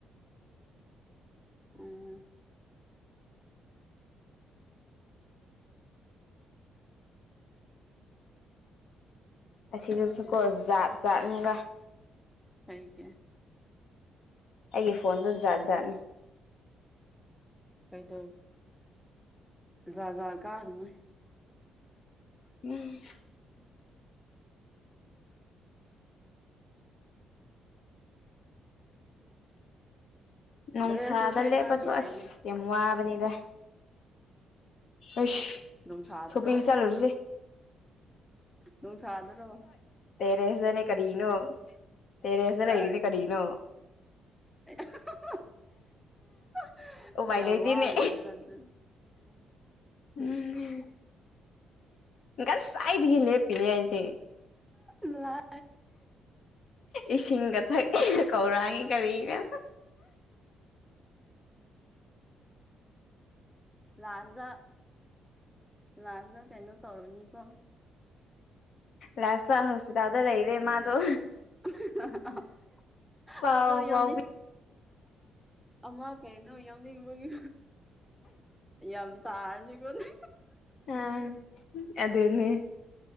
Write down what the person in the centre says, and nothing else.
ꯎꯝ
ꯀꯩꯒꯦ
ꯀꯩꯗꯧ ꯌꯥꯖꯥ ꯀꯥꯔ ꯅ
ꯗ꯭ꯔꯦꯁꯁꯨ ꯁꯦꯠꯅꯤꯡꯉꯥꯏ
ꯂꯩꯇꯦꯅꯦ
ꯅꯨꯡꯁꯥꯗꯔꯣ
ꯅꯨꯡ ꯁꯥꯗ꯭ꯔꯣ
ꯑꯁ
<inaudible>
ꯌꯥꯝ
ꯋꯥꯔꯅꯤꯗꯅ ꯑꯗꯨ
ꯂ
ꯂꯥꯥꯁꯗ ꯂꯥꯁꯗ ꯀꯩꯅꯣ ꯇꯧꯔꯅꯤꯀꯣ
<unintelligible>
ꯑꯣ ꯌꯅꯤ
ꯑꯃ ꯀꯩꯅꯣ ꯌꯥꯎꯅꯤꯡꯕꯒꯤ ꯌꯥꯝ ꯇꯥꯔꯅꯤꯀꯣꯅꯦ